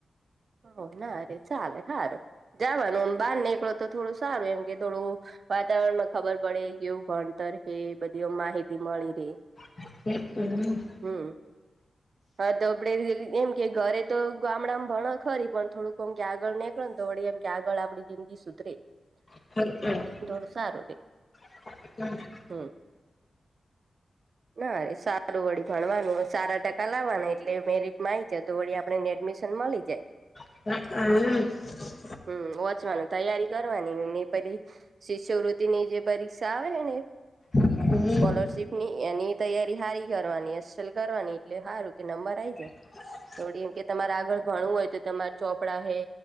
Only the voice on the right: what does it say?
ઓ ના રે ચાલે સારું જવાનું આમ બહાર નીકળો તો થોડું સારું એમ કે થોડું વાતાવરણમાં ખબર પડે કેવું ભણતર કે બધી માહિતી મળી રે.
હમ્મ હા તો આપડે એમ કે ઘરે તો ગામડામાં ભણ ખરી પણ થોડુંક એમ કે આગળ નીકળ તો વળી એમ કે આગળ આપણી જિંદગી સુધરે.
થોડુ સારું રે.
હમ નારે સારું વળી ભણવાનું સારા ટકા લાવવાના એટલે મેરિટ માં આવી જાય તો વળી આપને એડમિશન મળી જાય.
હમ્મ વોચવાનું તૈયારી કરવાની ને પેલી શિષ્યવૃત્તિ ની જે પરીક્ષા આવે ને
સ્કોલરશીપ ની એની તૈયારી હારી કરવાની <unintelligible> કરવાની એટલે હારું કે નંબર આઈ જાય.
થોડી એમ કે તમારે આગળ ભણવું હોય તો તમારે ચોપડા હૈ